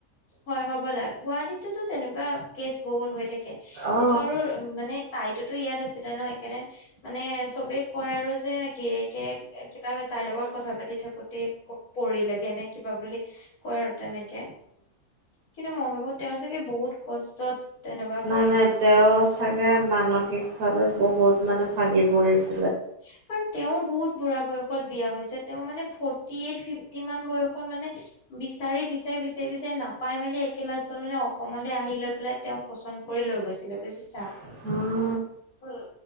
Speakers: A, on the left; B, on the right.
A: হয় হ'ব লাগে গুৱাহাটীতেতো তেনেকুৱা কেচ বহুত হৈ থাকে ইহ্ ঠি
B: অ
A: সেইটো আৰু মানে তাইতো তোৰ ইয়াত আছিলে ন সেইকাৰণে। মানে চবে কয় আৰু যে গিৰেয়েকে কিবা তাইৰ লগত কথা পাতি থাকোতে ক পৰি লেগে নে কিবা বুলি ই ই স কয় আৰু তেনেকে। কিন্তু মই ভাবো তেওঁ চাগে বহুত কষ্টত তেনেকুৱা
B: মানে
A: কৰিলে।
B: তেওঁ চাগে মানসিকভাৱে বহুত মানে ভাগি পৰিছে।
A: ই হা কাৰণ তেওঁ বহুত বুঢ়া বয়সত। বিয়া হৈছে তেওঁ মানে ফৰটিএইট ফিফটি মান বয়সত মানে ই ই ই বিচাৰি বিচাৰি বিচাৰি বিচাৰি নাপাই মেলি একেই লাষ্টজন মানে অসমলৈ আহি লৈ পেলাই তেওঁক পচন্দ কৰি লৈ গৈছিলে বুজিছা।
B: উম উ উ-
A: উম